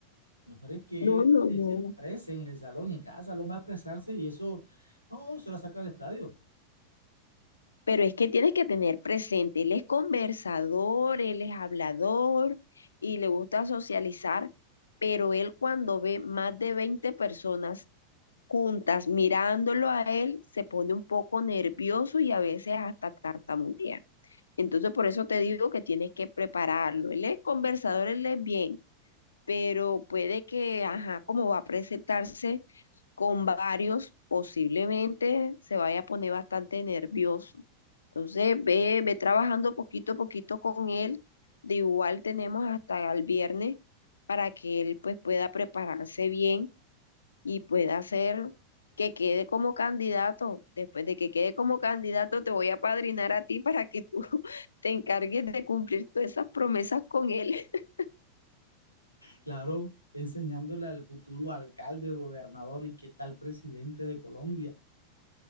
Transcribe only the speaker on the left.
No,
no,
no.
Pero es que tienes que tener presente, él es conversador, él es hablador y le gusta socializar, pero él cuando ve más de 20 personas juntas mirándolo a él, se pone un poco nervioso y a veces hasta tartamudea. Entonces por eso te digo que tienes que prepararlo. Él es conversador, él es bien, pero puede que, ajá, como va a presentarse con varios, posiblemente se vaya a poner bastante nervioso. Entonces, ve, ve trabajando poquito a poquito con él. De igual tenemos hasta el viernes para que él pues pueda prepararse bien y pueda hacer que quede como candidato. Después de que quede como candidato, te voy a padrinar a ti para que tú <laughs> te encargues de cumplir todas esas promesas con él. <laughs>